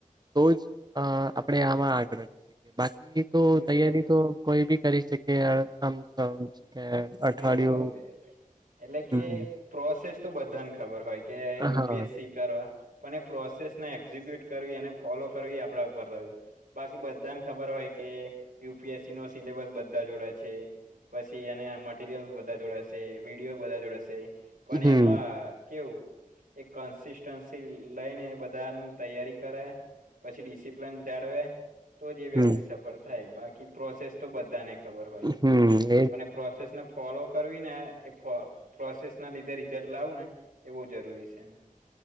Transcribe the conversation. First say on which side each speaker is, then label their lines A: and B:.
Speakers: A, on the right; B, on the right.
A: તો જ આપણે આમાં આગળ વધી શકીએ બાકી તો
B: મીન્સ
A: તૈયારી
B: કે
A: તો કોઈ બી કરી શકે આમ કે અઠવાડિયું
B: આઈ નો થેટ એટલે કે
A: હમ
B: પ્રોસેસ તો બધાને ખબર હોય કે યુપીએસસી
A: હા
B: કરવા પણ એ પ્રોસેસને એક્ઝિક્યુટ કરવી એને ફોલો કરવી આપણા ઉપર રહ્યું બાકી બધાને ખબર હોય કે યુપીએસસી નો સિલેબસ બધા જોડે છે પછી એના મટરિયલ્સ બધા જોડાશે વિડીયો બધા જોડાશે પણ
A: હમ
B: એમાં કેવું એક કન્સિસ્ટન્સી લઈને બધા નુ તૈયારી કરે પછી ડિસિપ્લિન જાળવે તો જે વ્યક્તિ
A: હમ
B: સફળ થાય બાકી પ્રોસેસ તો બધાને ખબર હોય
A: હમ્મ
B: અને પ્રોસેસ ને ફોલો કરવી ને એ પ્રોસેસ ના લીધે રિઝલ્ટ લાવું ને એ બહુ જરૂરી છે એમ